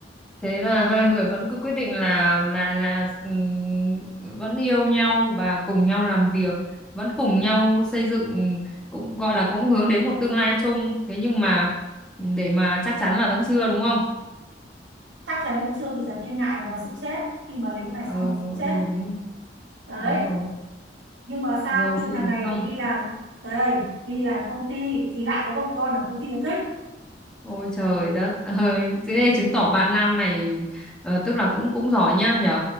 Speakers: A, in the centre; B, on the right.
A: Thế là hai người vẫn cứ quyết định là là là ừm, vẫn yêu nhau và cùng nhau làm việc, vẫn cùng nhau xây dựng cũng gọi là cũng hướng đến một tương lai chung. Thế nhưng mà để mà chắc chắn là vẫn chưa đúng không?
B: chắc chắn là vẫn chưa thì chẳng thiên ngại là nó sẽ chết khi mà lấy cái này
A: Ờ
B: xong
A: ừ,
B: nó sẽ chết
A: đúng
B: đấy
A: đúng rồi.
B: nhưng mà sao
A: Rồi
B: khi
A: gì
B: mà thằng này
A: không?
B: đi làm đây đi làm công ty thì lại có một con ở công ty nó thích
A: Ôi trời đất ơi, thế chứng tỏ bạn nam này ờ, tức là cũng cũng giỏi nhá nhở.